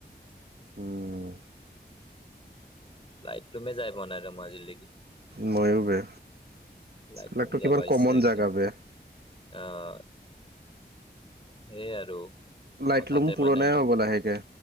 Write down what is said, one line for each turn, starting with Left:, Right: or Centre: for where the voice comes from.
Right: উম।
Left: লাইট ৰুমে যাই পোৱা নাই ত মাজিলেকি
Right: ময়ো বে,
Left: লাইট
Right: লেক
Left: লুম
Right: ত
Left: যাবা
Right: কিমান কমন
Left: ইচ্ছা একদিন
Right: জেগা বে।
Left: আহ। সেইয়াই আৰু
Right: লাইটলুম
Left: হঠাতে
Right: পুৰণা
Left: মানে
Right: হ'ব লাহেকে।